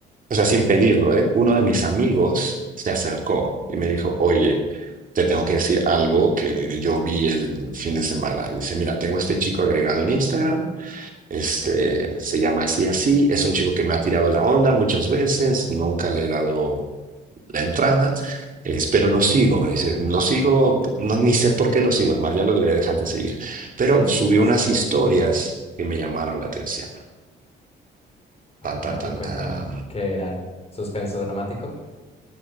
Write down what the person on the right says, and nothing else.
o sea, sin pedirlo, ¿eh? Uno de mis amigos se acercó y me dijo, oye, te tengo que decir algo que yo vi el fin de semana. Dice, mira, tengo a este chico agregado en Instagram Este, se llama así, así. Es un chico que me ha tirado la onda muchas veces, nunca le he dado la entrada, es- pero lo sigo. me dice, lo sigo, no, ni sé por qué lo sigo, es más, ya lo debería dejar de seguir. Pero
subió
unas
historias que me llamaron la atención.
Tan, tan, tan,
tan.